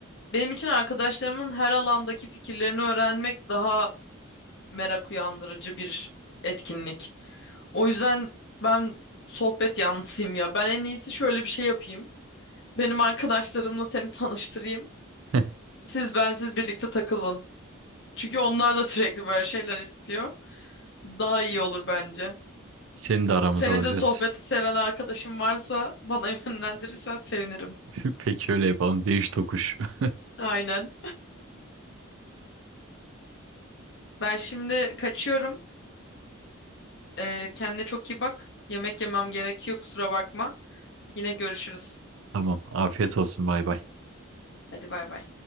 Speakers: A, on the left; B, on the right.
A: benim için arkadaşlarımın her alandaki fikirlerini öğrenmek daha merak uyandırıcı bir etkinlik. O yüzden ben sohbet yanlısıyım ya. Ben en iyisi şöyle bir şey yapayım. Benim arkadaşlarımla seni tanıştırayım.
B: <laughs>
A: Siz bensiz birlikte takılın. Çünkü onlar da sürekli böyle şeyler istiyor. Daha iyi olur bence.
B: Seni de aramıza
A: Senin
B: alacağız.
A: de sohbeti seven arkadaşın varsa bana <laughs> yönlendirirsen sevinirim.
B: <laughs> Peki öyle yapalım. Değiş tokuş. <laughs>
A: Aynen. Ben şimdi kaçıyorum. Ee, kendine çok iyi bak. Yemek yemem gerekiyor kusura bakma. Yine görüşürüz.
B: Tamam. Afiyet olsun. Bay bay.
A: Hadi bay bay.